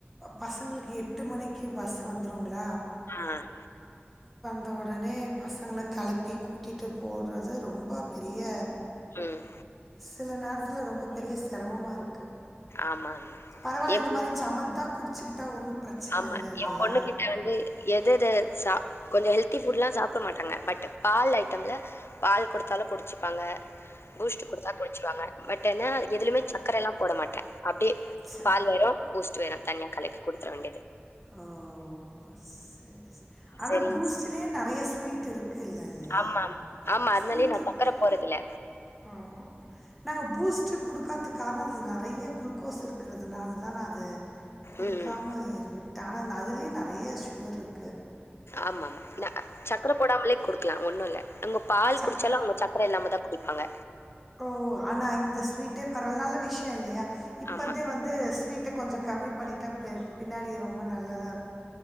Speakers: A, in the centre; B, on the left.
A: பசங்களுக்கு எட்டு மணிக்கு பஸ் வந்துரும்ல
B: ஆஹ்
A: வந்த உடனே பசங்கள களப்பி கூட்டிட்டு போடுறது ரொம்ப பெரிய
B: ம்.
A: சில நேரத்துல ரொம்ப பெரிய சிக் தெரம்மா இருக்கு
B: ஆமா, ஆமா.
A: பரவாயில்ல
B: என்
A: இந்த
B: பொண்
A: மாரி சமத்தா குடிச்சிக்கிட்டா ஒன்னு பிரச்சன
B: ஆமா
A: இல்ல இல்லையா
B: என் பொண்ணு கிட்ட வந்து எத எத சா கொஞ்சம் ஹெல்த்தி புட் எல்லா சாப்பிட மாட்டாங்க பட் பால் ஐட்டம்ல பால் கொடுத்தாலும் குடிச்சிப்பாங்க பூஸ்ட் கொடுத்தா குளிச்சுருவாங்க பட் ன்னா எதுலுமே சர்க்கரை எல்லாம் போட மாட்டே அப்டியே
A: ச
B: பால் ஏரும் பூஸ்டு வெரு தண்ணிய களக்கி கொடுத்ற வேண்டியது தா
A: ஹ செரி செரி ஆனா
B: சரி
A: பூஸ்ட்லயே நறைய ய் ஸ்வீட்டு இருக் இல்ல இல்லையா
B: ஆமா ஆமா ஆமா அதனாலயே
A: ஸ்வீட்
B: நா
A: இருக்கு
B: சக்கர போறதில்ல
A: ஆமா நாங்க பூஸ்ட்க்கு கொடுக்காது காரணோ அதில் நெறைய குளுக்கோஸ் இருக்கிறதுனால தா நா அது கொடுக்காம
B: ம் ம்
A: இர்விட்டு ஆனா அதுலயே நெறைய சுகர் இருக்கு
B: ஆமா ஆமா ல அ சக்ர போடாமலே குடுக்கலா ஒன்னு இல்ல அங்க பால்
A: சக்
B: குடிச்சாலு அவுங்க சக்ர இல்லாம தா குடிப்பாங்க
A: ஓ ஆனா இந்த ஸ்வீட்டே பரவால நல்ல விஷியோ இல்லயா இப்பதே
B: ஆமா
A: வந்து ஸ்வீட் ட் கொஞ்சோ கம்மி பண்ணிட்டா பி பின்னாடி ரொம்ப நல்ல தா